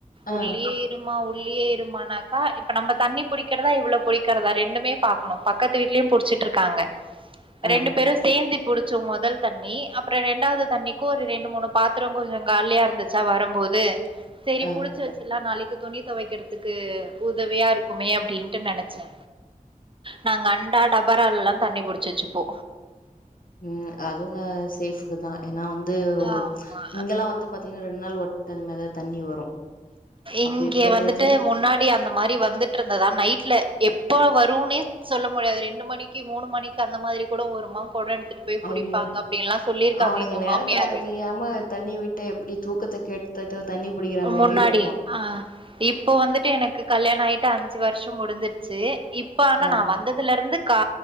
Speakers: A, on the left; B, on the right.
A: ஆ
B: உள்ளே இருமா உள்ளேயே இருமானாக்கா இப்ப நம்ம தண்ணி புடிக்கிறதா இவள பிடிக்கிறதா ரெண்டுமே பாக்கணு பக்கத்து வீட்லயு புடிச்சிட்டு இருக்காங்க
A: ஆ
B: ரெண்டு பேரு சேந்து புடிச்ச முதல் தண்ணி அப்புற ரெண்டாவது தண்ணிக்கு ஒரு ரெண்டு மூணு பாத்திரோ கொஞ்ச காலியா இருந்துச்சா வரம்போது செரி
A: ஆ
B: புடிச்சு வச்சலா நாளைக்கு துணி துவைக்கிறதுக்கு உதவியா இருக்குமே அப்டின்ட்டு நினைச்சே நாங்க அண்டா டபரா எல்லா தண்ணி புடிச்சு வச்சுப்போ
A: ம் அது சேஃப்க்கு தா ஏனா வந்து
B: ஆமா
A: இங்கெல்லா வந்து பாத்தீங்கன்னா ரெண்நாள் ஒ அது மாத தண்ணி வரு
B: இங்கே
A: அப்டி இருக்கம்
B: வந்துட்டு
A: போது
B: முன்னாடி அந்த மாரி வந்துட்டு இருந்ததா நைட்ல எப்ப வருன்னே சொல்ல முடியாது ரெண்டு மணிக்கு மூணு மணிக்கு அந்த மாரி கூட ஒரு மாம் கொட எடுத்துட்டு போய்
A: ஐயோ
B: புடிப்பாங்க அப்டின்லா சொல்லிருக்காங்க
A: அவனுங்க
B: எங்க
A: நேரங்கால
B: மாமியாரு
A: தெரியாம தண்ணி விட்டா எப்டி தூக்கத்த கேட் தொட்ட தண்ணி பிடிக்கிற மாரியே
B: முன்னாடி
A: இருக்கு
B: ஆ இப்போ வந்துட்டு எனக்கு கல்யாண ஆயிட்டு அஞ்சு வருஷ முடிஞ்சிருச்சு இப் ப்ப ஆனா
A: ஆ
B: நா வந்ததுல இருந்து கா